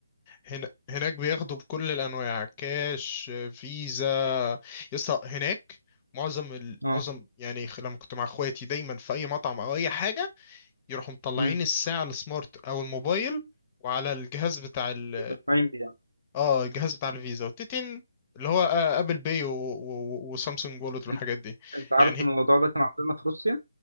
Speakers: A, on the left; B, on the right.
A: هنا هناك بياخدوا بكل الانواع كاش فيزا يسطا هناك معظم ال...
B: اه
A: معظم يعني خ- لما كنت مع اخواتي دايما في اي مطعم او اي حاجة يروحوا مطلعين
B: امم
A: الساعة السمارت او الموبايل وعلى الجهاز بتاع ال
B: مدفعين بيه يعني
A: اه الجهاز بتاع الفيزا والتتين اللي هو آه، ابل باي و... و... وسامسونج وولت والحاجات
B: انت
A: دي
B: أنت عارف
A: يعني
B: ان الموضوع ده كان عندنا في روسيا